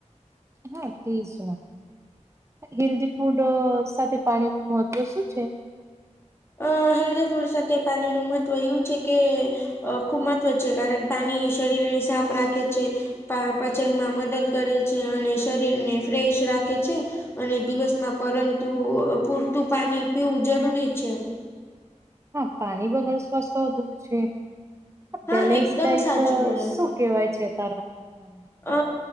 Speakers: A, on the right (about 20°); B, on the left (about 20°).
A: હા ત્રીસ જ. હેલ્ધી ફૂડ સાથે પાણી નું મહત્વ શું છે?
B: અ હેલ્ધ ફૂડ સાથે પાણીનું મહત્વ એવું છે કે અ ખૂબ મહત્વ છે કારણ પાણી શરીરને સાફ રાખે છે. પા પચનમાં મદદ કરે છે અને શરીરને ફ્રેશ રાખે છે. અને દિવસમાં પરંતુ પૂરતું પાણી પીવું જરૂરી છે.
A: હા પાણી બગર રું છે
B: હા
A: બેલેન્સ
B: એકદમ
A: ડઇટ
B: સાચું બોલ્યા.
A: શું કેવાય છે તારા એનામાં?
B: અ